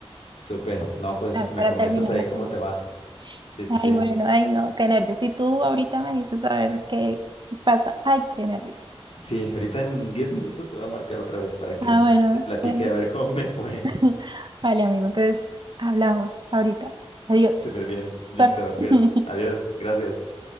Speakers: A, on the left; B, on the right.
A: Súper. No, pues
B: ah,
A: me
B: para
A: comentas
B: terminar
A: ahí
B: las
A: cómo
B: semanas.
A: te va. Sí, sí,
B: Ay,
A: sí.
B: bueno, ay, no, qué nervios. Y tú ahorita me dices a ver qué qué pasa. Ay, qué nervios.
A: Sí, ahorita en 10 minutos te voy a marcar otra vez para que
B: Ah, bueno,
A: te platique
B: bueno.
A: a ver <laughs> cómo me fue.
B: <laughs> Vale, amigo, entonces hablamos ahorita. Adiós.
A: Súper bien. Listo,
B: Suerte.
A: cuídate.
B: <laughs>
A: Adiós. Gracias.